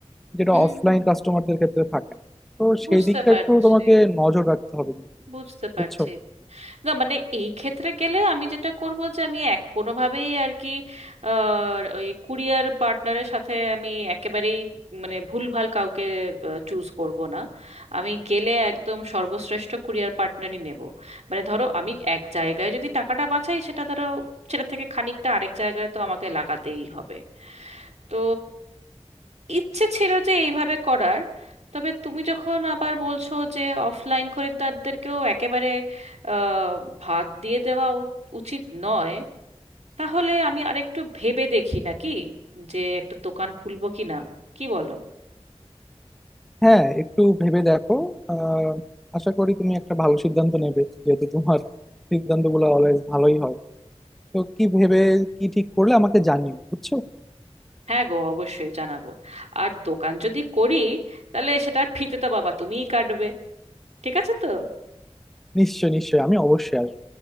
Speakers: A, in the centre; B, on the right.
A: যেটা
B: উম,
A: অফলাইন কাস্টমারদের ক্ষেত্রে থাকে না। তো
B: বুঝতে
A: সেই দিকটা
B: পারছি
A: একটু তোমাকে নজর রাখতে হবে কিন্তু
B: বুঝতে
A: বুঝছো
B: পারছি না মানে এই ক্ষেত্রে গেলে আমি যেটা করব যে আমি এক কোনোভাবেই আর কি আহ, ওই কুরিয়ার পার্টনারের সাথে আমি একেবারেই মানে ভুলভাল কাউকে চুজ করব না আমি গেলে একদম সর্বশ্রেষ্ঠ কুরিয়ার পার্টনারই নেব মানে ধরো আমি এক জায়গায় যদি টাকাটা বাঁচাই সেটা ধরো সেটা থেকে খানিকটা আরেক জায়গায় তো আমাকে লাগাতেই হবে তো ইচ্ছে ছিল যে এইভাবে করার তবে তুমি যখন আবার বলছো যে অফলাইন খরিদ্দারদেরকেও একেবারে আহ, ভাত দিয়ে দেওয়া উ- উচিত নয় তাহলে আমি আরেকটু ভেবে দেখি নাকি যে একটা দোকান খুলবো কি না কি বলো
A: হ্যাঁ একটু ভেবে দেখো আহ আশা করি তুমি একটা ভালো সিদ্ধান্ত নেবে যেহেতু তোমার সিদ্ধান্তগুলো অলওয়েজ ভালোই হয় তো কি ভেবে কি ঠিক করলে আমাকে জানিও বুঝছো
B: হ্যাঁ গো অবশ্যই জানাবো আর দোকান যদি করি তাহলে সেটার ফিতে তো বাবা তুমিই কাটবে ঠিক আছে তো
A: নিশ্চয় নিশ্চয় আমি অবশ্যই আসবো